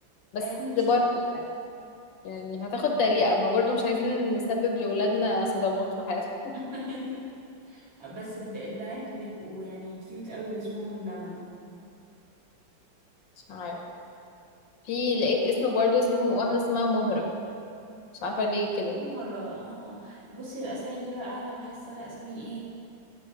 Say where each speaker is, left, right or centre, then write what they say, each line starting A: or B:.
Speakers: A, on the left (about 75°); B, on the right (about 80°).
A: بس
B: حيوان مش
A: برضه
B: وحش
A: يعني يعني هتاخد تريقة ما برضه مش عايزين نسبب لولادنا صدمات في حياتهم
B: <laughs> بس الب- البنات بيبقوا يعني كيوت قوي اللي اسمهم لما
A: مش عارف في لقيت اسم برضه اسمه واحدة اسمها مهرة مش عارفة ليه كده
B: مهرة اه بصي الأسامي دي بقى أنا بحسها أسامي إيه